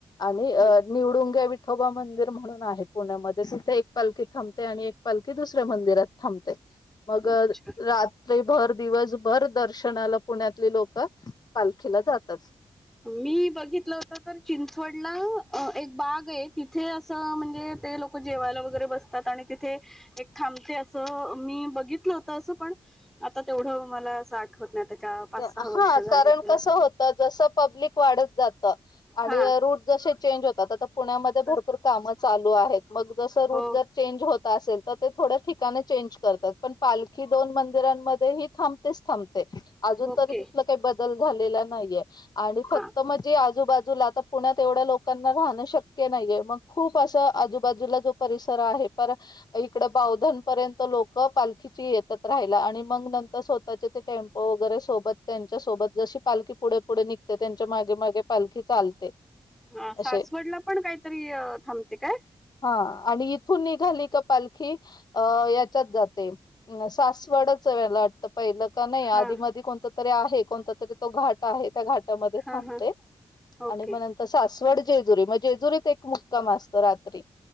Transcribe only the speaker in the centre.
हं.
अच्छा
मी बघितलं होत तर चिंचवडला अ एक बाग आहे, तिथे असं म्हणजे ते लोक जेवायला वगैरे बसतात आणि तिथे एक थांबते असं मी बघितलं होतं असं पण आता तेवढं मला असं आठवत नाही त्याच्या पाच सहा
वर्ष
झाली
त्याला
हा
तस
हो
ओके
हा
अ सासवडला
पण काहीतरी थांबते काय?
हा
हा
हा ओके